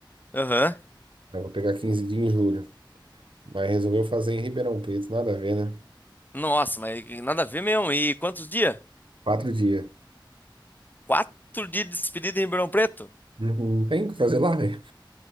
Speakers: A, on the left; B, on the right.
A: Aham.
B: Aí vou pegar 15 dias em julho. Mas resolveu fazer em Ribeirão Preto, nada a ver, né?
A: Nossa, mas nada a ver mesmo. E quantos dias?
B: Quatro dias.
A: Quatro dias de despedida em Ribeirão Preto?
B: Não tem o que fazer lá, né?